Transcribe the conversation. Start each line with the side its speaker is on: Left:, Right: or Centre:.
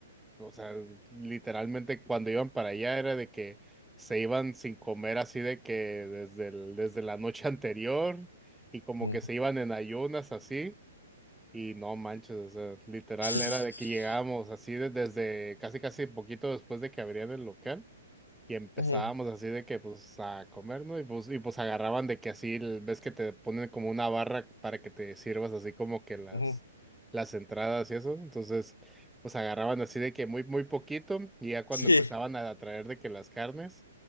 Centre: o sea, literalmente cuando iban para allá era de que se iban sin comer así de que desde el- desde la noche <laughs> anterior y como
Left: Ujú.
Centre: que se iban en ayunas así y no manches, o sea, literal
Left: <laughs>
Centre: era de que llegábamos así de- desde casi casi poquito después de que abrían el local. Y empezábamos
Left: Ujú,
Centre: así de que pues a comer, ¿no? Y pues, y pues agarraban de que así, el- ves que te ponen como una barra para que te sirvas así como que las,
Left: ujú.
Centre: las entradas y eso. Entonces, pues agarraban así de que muy, muy poquito y ya cuando
Left: Sí.
Centre: empezaban a traer de que las carnes.